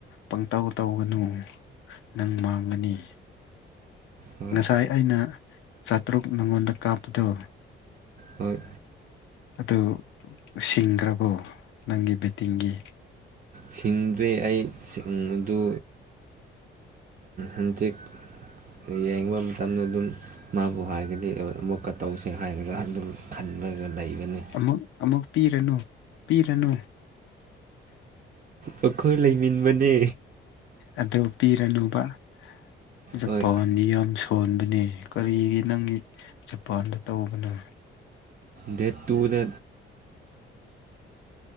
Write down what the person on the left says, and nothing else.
ꯄꯪꯇꯥꯎ ꯇꯧꯒꯅꯨ ꯅꯪ ꯃꯥꯡꯒꯅꯤ
ꯉꯁꯥꯏ ꯑꯩꯅ ꯆꯥꯇ꯭ꯔꯨꯛ ꯅꯉꯣꯟꯗ ꯀꯥꯞꯄꯗꯣ
ꯑꯗꯨ ꯁꯤꯡꯈ꯭ꯔꯕꯣ ꯅꯪꯒꯤ ꯕꯦꯠꯇꯤꯡꯒꯤ
ꯑꯃꯨꯛ ꯑꯃꯨꯛ ꯄꯤꯔꯅꯨ ꯄꯤꯔꯅꯨ
ꯑꯗꯨ ꯄꯤꯔꯅꯨꯕ ꯆ ꯆꯖꯄ
ꯅꯤꯌꯣꯝ ꯁ ꯐꯣꯟꯕꯅꯦ ꯀꯔꯤꯒꯤ ꯅꯪꯒꯤ ꯖꯄꯥꯟꯗ ꯇꯧꯕꯅꯣ